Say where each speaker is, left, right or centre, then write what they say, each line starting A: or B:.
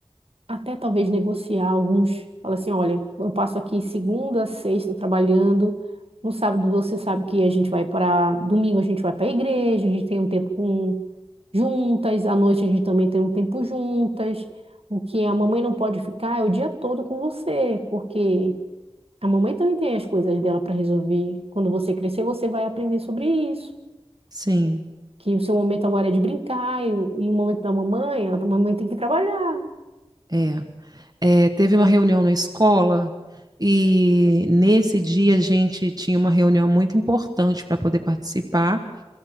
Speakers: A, on the right (about 70°); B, on the right (about 40°).
A: até talvez negociar alguns. Fala assim, olha, eu passo aqui segunda, a sexta trabalhando. No sábado você sabe que a gente vai para domingo a gente vai para a igreja, a gente tem um tempo com- juntas, à noite a gente também tem um tempo juntas. O que a mamãe não pode ficar é o dia todo com você, porque a mamãe também tem as coisas dela para resolver. Quando você crescer, você vai aprender sobre isso.
B: sim,
A: Que o seu momento agora é de brincar e, o e o momento da mamãe, a mamãe tem que trabalhar.
B: é. É, teve uma reunião na escola e nesse dia a gente tinha uma reunião muito importante para poder participar